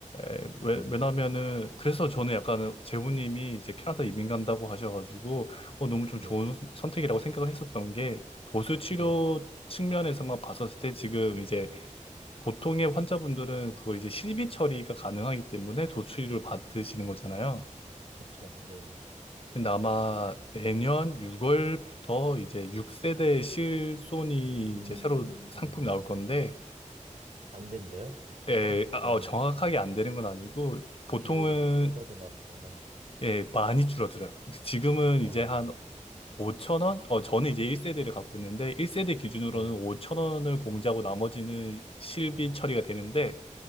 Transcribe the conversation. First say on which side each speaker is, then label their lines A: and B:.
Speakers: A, on the left; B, on the right.
A: 예, 왜,
B: 네,
A: 왜냐면은, 그래서 저는 약간 재훈님이 이제 캐나다 이민 간다고 하셔가지고, 어, 너무 좀
B: 네,
A: 좋은 선택이라고 생각을 했었던 게, 도수치료
B: 네.
A: 측면에서만 봤었을 때 지금 이제 보통의 환자분들은 그걸 이제 실비 처리가 가능하기 때문에 도수치료를 받으시는 거잖아요.
B: 그쵸, 네.
A: 근데 아마 내년 6월부터 이제 6세대 실손이
B: 음,
A: 이제 새로 상품이
B: 음.
A: 나올 건데
B: 안 된대요? 도수가?
A: 그에 아,
B: 아니면
A: 어, 정확하게 안 되는 건 아니고 보통은
B: 비율이 줄어드나 보구나.
A: 예, 많이 줄어들어요. 지금은
B: 아,
A: 이제 한 5천 원? 어, 저는 이제 1세대를 갖고 있는데 1세대 기준으로는
B: 네,
A: 5천 원을 공제하고 나머지는 실비
B: 그쵸.
A: 처리가 되는데